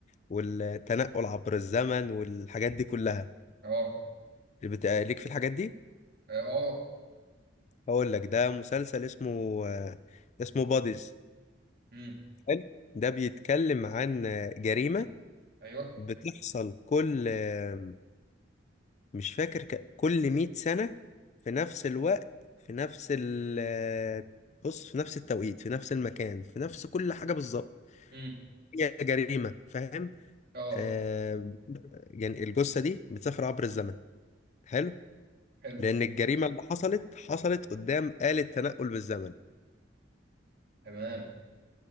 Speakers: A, on the left (about 40°); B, on the right (about 55°).
A: والتنقل عبر الزمن والحاجات دي كلها
B: اه
A: بت- ليك في الحاجات دي
B: اه آه.
A: هقول لك ده مسلسل اسمه آه، اسمه باديز
B: امم
A: حلو ده بيتكلم عن آه، جريمة
B: ايوه
A: بتحصل كل آه، مش فاكر ك... كل 100 سنة في نفس الوقت في نفس ال آه، بص في نفس التوقيت في نفس المكان في نفس كل حاجة بالظبط
B: امم
A: هي جريمة فاهم
B: اه
A: آه يعني الجثة دي بتسافر عبر الزمن حلو
B: حلو
A: لأن الجريمة اللي حصلت حصلت قدام آلة تنقل بالزمن
B: تمام